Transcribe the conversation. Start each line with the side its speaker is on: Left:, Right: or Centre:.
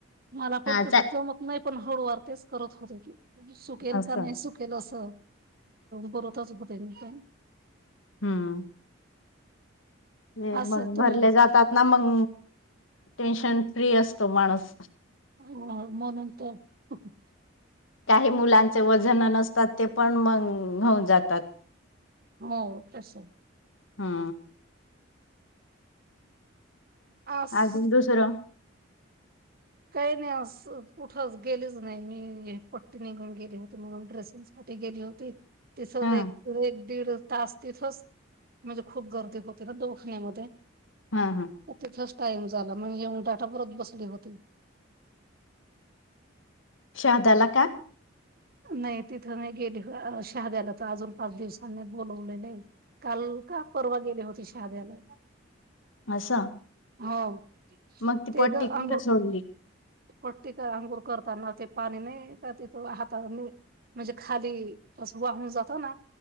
Right: मला पण
Left: हा
Right: तस
Left: चा
Right: जमत नाही, पण हळूवार तेच करत होते ती सुकेल
Left: असं
Right: का नाही सुक केलं अस भरत असच <unintelligible> होत काय नाही?
Left: हम्म. हे
Right: असं
Left: मग भरले
Right: तुम्ही
Left: जातात ना मग टेन्शन फ्री असतो माणूस
Right: हो म्हणून तर हं हं
Left: काही मुलांचे वजन नसतात, ते पण मग होऊन जातात
Right: हो, तसंय
Left: हा
Right: आस
Left: अजून दुसरं
Right: काही नाही अस कुठंच गेलीच नाही मी पट्टी निघून गेले होती म्हणून ड्रेसिंग साठी गेली होती ती सहज
Left: हा
Right: अस एक एक दीड तास तिथच म्हणजे खूप गर्दी होती ना दवखाण्यामध्ये
Left: हा, हा
Right: तिथच टाइम झाला, मग येऊन डाटा भरत बसले होते
Left: शहाद्याला का?
Right: नाही तिथं नाही गेले. शहाद्याला तर अजून पाच दिवसांनी बोलवलेलेय काल का परवा गेले होती शहाद्याला.
Left: असं
Right: हो
Left: मग ती
Right: ते
Left: पट्टी
Right: द
Left: कुठे
Right: अंग
Left: सोडली
Right: पट्टी का? अंघोळ करताना ते पाणी नाही का तिथं हाता म्हणजे खाली अस वाहून जातो ना